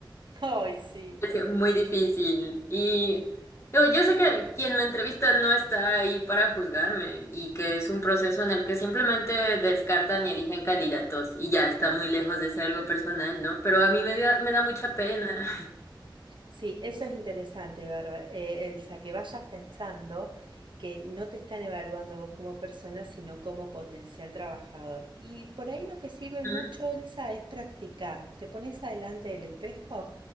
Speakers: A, on the right; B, on the left.
A: Ay, sí.
B: <laughs> Es muy difícil. Y yo, yo sé que quien me entrevista no está ahí para juzgarme y que es un proceso en el que simplemente descartan y eligen candidatos y ya está muy lejos de ser algo personal, ¿no? Pero a mí me da, me da mucha pena.
A: Sí, eso es interesante, Bárbara. Eh, el que vayas pensando que no te están evaluando vos como persona, sino como potencial trabajador. Y por ahí lo que sirve
B: Ujú.
A: mucho, Elsa, es practicar. Te pones adelante del espejo,